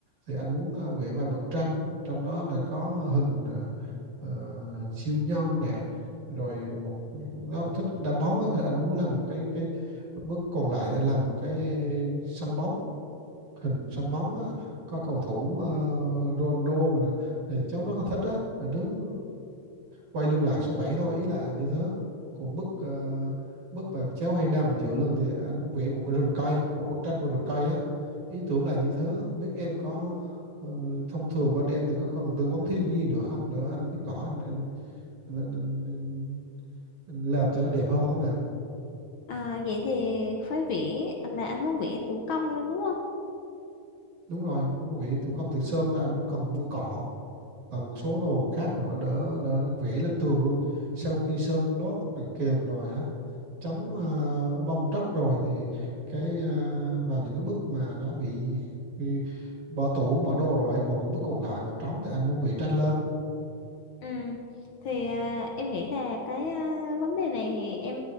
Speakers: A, on the right; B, on the left.
A: thì anh muốn à, vẽ vài bức tranh trong đó là có hình à, à, siêu nhân nè rồi một nó cũng thích đá bóng á, thì anh muốn làm một cái cái bức còn lại anh làm một cái sân bóng hình sân bóng á, có cầu thủ ờ, Ronaldo mà nè thì cháu rất là thích á là đứng quay lưng lại số 7 thôi ý là như thế còn bức ờ, bức mà cháu hay nằm dựa lưng thì anh muốn vẽ một cái rừng cây một bức tranh vào rừng cây á ý tưởng là như thế không biết em có ờ, thông thường bên em thì có cần tư vấn thêm cái gì nữa không Để anh biết rõ anh anh, anh, anh, anh, anh, anh làm cho nó đẹp hơn á mà
B: à, vậy thì phải vẽ anh là anh muốn vẽ thủ công luôn đúng không
A: đúng rồi đúng rồi thủ công từ sơn là anh muốn cần mua cỏ và một số đồ khác nữa đỡ đỡ vẽ lên tường luôn sau khi sơn lót bằng kềm rồi á chống ờ, bong tróc rồi thì cái ờ, và những cái bức mà nó bị bị bỏ tủ bỏ đồ rồi ấy, còn những bức còn lại mà trống thì anh muốn vẽ tranh lên
B: Ừ. Thì à, em nghĩ là cái à, vấn đề này thì em